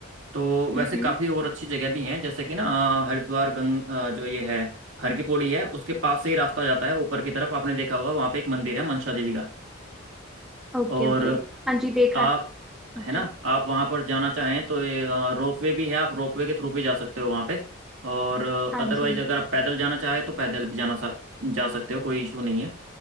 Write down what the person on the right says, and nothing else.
तो
वैसे
काफ़ी और अच्छी जगह भी हैं जैसे कि ना अ, हरिद्वार गंग अ, जो ये है हर की पौड़ी है उसके पास से ही रास्ता जाता है ऊपर की तरफ आपने देखा होगा वहाँ पे एक मंदिर है मनसा देवी का
और
आप
है ना आप वहाँ पर जाना चाहें तो ये रोपवे भी है आप रोपवे के थ्रू भी जा सकते हो वहाँ पे और
अदरवाइज
अगर आप पैदल जाना चाहें तो पैदल भी जाना सा, जा सकते हो कोई इशू नहीं है